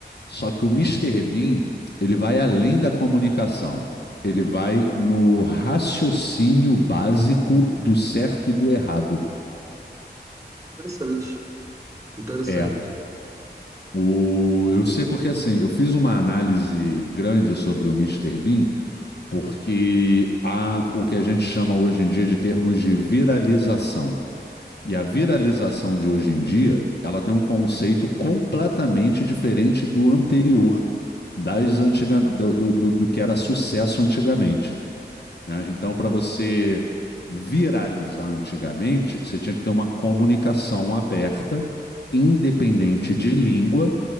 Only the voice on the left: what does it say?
Só que o Mister Bean, ele vai além da comunicação. Ele
vai no raciocínio básico do certo e do errado.
É. O, eu sei porque assim, eu fiz uma análise grande sobre o Mister Bean, porque há o que a gente chama hoje em dia de termos de viralização. E a viralização de hoje em dia, ela tem um conceito completamente diferente do anterior, das antiga, do, do, do- do que era sucesso antigamente. né? Então, para você viralizar antigamente, você tinha que ter uma comunicação aberta, independente de língua